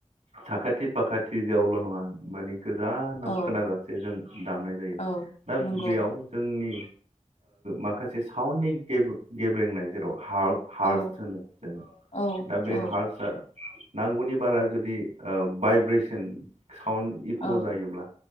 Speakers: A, on the right (about 85°); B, on the left (about 80°).
A: साखाथि फाखाथि जयावल' नङा मानि गोजानाव
B: औ
A: खोनाजासे जों दामनाय जायो
B: औ
A: दा
B: नंगौ
A: बेयाव जोंनि माखासे साउन्डनि गेब्रेंनाय जेराव हार्स
B: औ
A: होनो जों
B: औ
A: दा बे
B: औ
A: हार्सा नांगौनि बारा जुदि ओ भाइब्रेसन साउन्ड इक'
B: औ
A: जायोब्ला